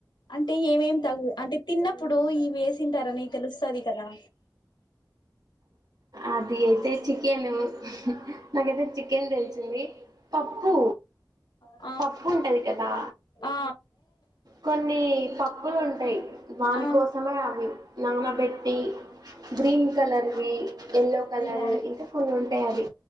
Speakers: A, on the left (about 85°); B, on the right (about 60°).
A: అంటే ఏమేం తగు అంటే తిన్నప్పుడు ఈ వేసింటారని తెలుస్తది కదా
B: అది అయితే చికెన్ నాకైతే చికెన్ తెలిసింది పప్పు
A: ఆ
B: పప్పు ఉంటది కదా
A: ఆ
B: కొన్ని పప్పులు ఉంటాయి దానికోసమే
A: ఆ
B: అవి నానబెట్టి గ్రీన్ కలర్ ఎల్లో కలర్
A: హ్మ్
B: ఇంకా కొన్ని ఉంటాయి అవి